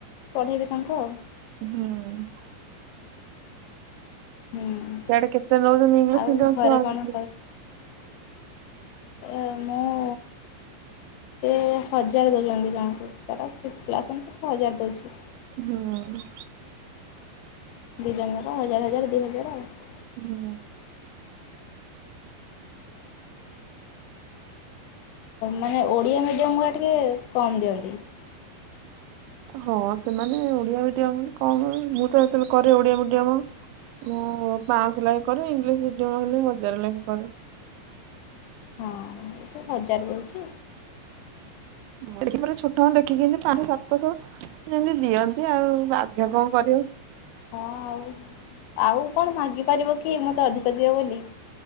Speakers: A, on the left (about 85°); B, on the right (about 85°).
A: ପଢ଼େଇବି ତାଙ୍କୁ ଆଉ।
B: ଉଁହୁଁ।
A: ହୁଁ
B: ସିଆଡେ କେତେ ନୋଉଚନ୍ତି ଇଂଲିଶ
A: ଆଉ
B: ମିଡିୟମ
A: ଘରେ
B: ଛୁଆ
A: କଣ
B: <unintelligible>
A: ଏ ମୁଁ ଏ ହଜାର ଦୋଉଚନ୍ତି ଜଣକୁ। ତାର ସିକ୍ସ କ୍ଲାସ୍ ଅନୁସାରେ ସେ ହଜାରେ ଦୋଉଛି।
B: ଉଁହୁଁ।
A: ଦିଇ ଜଣ ଜାକ ହଜାର ହଜାର ଦିଇ ହଜାର ଆଉ।
B: ହୁଁ।
A: ମାନେ ଓଡ଼ିଆ ମିଡ଼ିୟମ ଗୁା ଟିକେ କମ୍ ଦିଅନ୍ତି। <inaudible>
B: ହଁ ସେମାନେ ଓଡିଆ ମିଡିୟମ କଣ ମୁଁ ତ ଯେତେବେଳେ କରେ ଓଡିଆ ମିଡିୟମ ମୁଁ ପାଞ୍ଚଶହ ଲେଖେ କରେ ଇଂଲିଶ ମିଡିୟମ ହେଲେ ହଜାର ଲେଖେ କରେ।
A: ହଁ ହଜାର ଦୋଉଛି।
B: ଦେଖ ପରେ <unintelligible> ଛୋଟ ଦେଖିକି ଏମିତି ପାଞ୍ଚ ସାତଶହ ଯେମିତି ଦିଅନ୍ତି ଆଉ ବାଧ୍ୟ କଣ କରିବୁ।
A: ହଁ ଆଉ ଆଉ କଣ ମାଗିପାରିବ କି ମୋତେ ଅଧିକ ଦିଅ ବୋଲି।